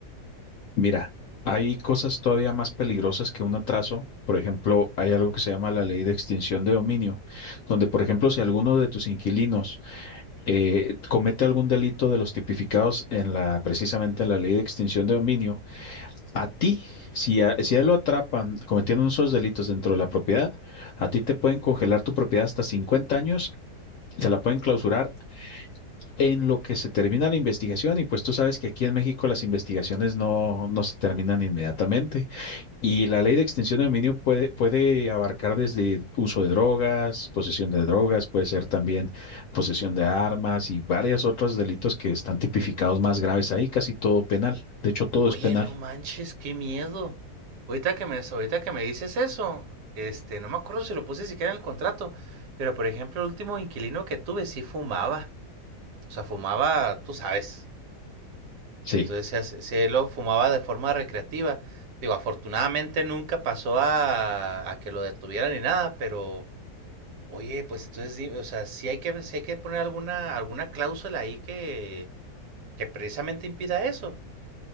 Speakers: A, on the left (about 65°); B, on the right (about 75°).
A: Mira, hay cosas todavía más peligrosas que un atraso. Por ejemplo, hay algo que se llama la ley de extinción de dominio, donde, por ejemplo, si alguno de tus inquilinos eh, comete algún delito de los tipificados en la, precisamente en la ley de extinción de dominio, a ti, si a, si a él lo atrapan cometiendo esos delitos dentro de la propiedad, a ti te pueden congelar tu propiedad hasta 50 años. te la pueden clausurar en lo que se termina la investigación y pues tú sabes que aquí en México las investigaciones no, no se terminan inmediatamente. Y la ley de extinción de dominio puede, puede abarcar desde uso de drogas, posesión de drogas, puede ser también posesión de armas y varios otros delitos que están tipificados más graves ahí, casi todo penal. De hecho, todo
B: Oye,
A: es penal.
B: no manches, qué miedo. Ahorita que me, ahorita que me dices eso, este, no me acuerdo si lo puse siquiera en el contrato, pero por ejemplo, el último inquilino que tuve sí fumaba. O sea, fumaba, tú sabes.
A: Sí.
B: Entonces, se, se lo fumaba de forma recreativa. Digo, afortunadamente nunca pasó a, a que lo detuvieran ni nada, pero Oye, pues entonces sí, o sea, sí hay que ver sí hay que poner alguna alguna cláusula ahí que que precisamente impida eso.